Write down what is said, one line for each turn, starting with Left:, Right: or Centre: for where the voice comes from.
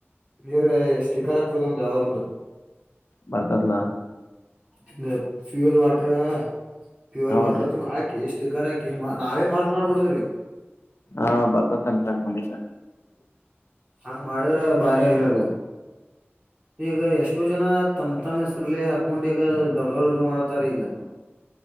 Right: ನೀರ್ ಸ್ಟಕ್ಕರ್ ಹಾಕ್ಬಿಡುದ ಯಾವ್ದ ಒಂದು
Left: ಬರತದಲ
Right: ಇ ಫ್ಯೂಯಲ್ ವಾಟರ್ ಪ್ಯೂರ್
Left: ಹೌದ್ರಿ
Right: ವಾಟರ್ ತುಂಬ ಹಾಕಿ ಸ್ಟಿಕರ್ ಹಾಕಿ ನಾವೇ ಮಾರ ಮಾಡ್ಬಿಡುದ್ರಿ
Left: ಹಾ ಬರ್ತತನ್ರ ಮನಗ
Right: ಹಂಗ ಮಾಡುದ್ರ ಬಾರಿ ಅಲ್ರ ಅದು ಈಗ ಎಷ್ಟೋ ಜನ ತಮ್ ತಮ ಹೆಸರುಲ್ಲ ಹಾಕ ಹಕೊಂಡೀಗ ದೊಡ್ಡ ದೊಡ್ಡ ಮಾಡ್ತಾರ ಈಗ